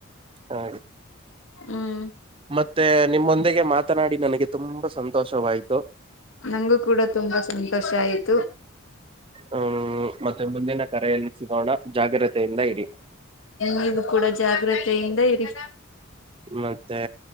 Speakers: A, on the right; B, on the left.
A: ಹಾ
B: ಹ್ಮ್
A: ಮತ್ತೆ ನಿಮ್ಮೊಂದಿಗೆ ಮಾತನಾಡಿ ನನಗೆ ತುಂಬಾ ಸಂತೋಷವಾಯ್ತು.
B: ನಂಗೂ ಕೂಡ ತುಂಬಾ ಸಂತೋಷ ಆಯ್ತು.
A: ಹ್ಮ್ ಮತ್ತೆ ಮುಂದಿನ ಕರೆಯಲ್ಲಿ ಸಿಗೋಣ ಜಾಗ್ರತೆಯಿಂದ ಇರಿ.
B: ನೀವು ಕೂಡ ಜಾಗ್ರತೆಯಿಂದ ಇರಿ.
A: ಮತ್ತೆ